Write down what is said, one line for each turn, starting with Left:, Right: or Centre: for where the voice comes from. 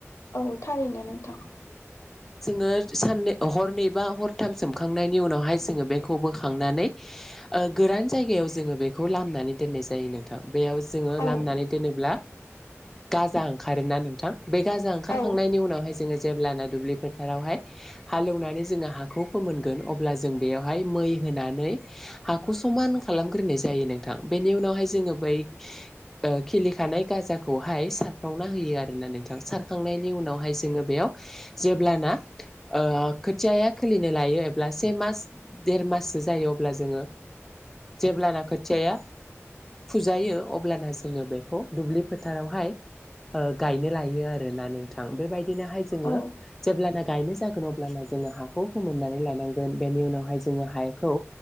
Left: औ थारैनो नोंथां ।
Centre: ओ सानै हरनैबा हरथाम सोमखांनायनि उनावहाय जोङो बेखौ बोखांनानै ओ गोरान जायगायाव जोङो बेखौ लामनानै दोननाय जायो नोंथां। बेयाव जोङो लामनानै
Left: औ
Centre: दोनोब्ला गाजा ओंखारोना नोंथां बे गाजा ओंखारखांनायनि
Left: औ
Centre: उनावहाय जोङो जेलाना दुब्लिफोर बावहाय हालेवनानैन जों हागौ फोमोनगोन अब्ला जों बेवहाय मै होनानै हा हाखौ समान खालामग्रोनाय जायो नोंथां बेनि उनावहाय जोङो बै ओ खिलिखानाय गाजा खौहाय सारफावना होयोआरोना नोंथाङ, सारखांनानायनि उनावहाय जों बेयाव जे अब्लाना ओ खोथियाया खिलिनो लायो एब्ला सेमास देरमास सो जायो अब्ला जोङो जेब्लाना खोथियाया फुजायो अब्लाना जोङो बेखौ दुब्लि फोथारावहाय ओ गायनो लायो आरोना नोंथां, बेबायदिनोहाय जोङो
Left: औ
Centre: जेब्लाना गायनाय जागोन अब्लाना जों जोङो हाखौ फोमोननानै लानांगोन बेनि उनावहाय जोङो हाखौ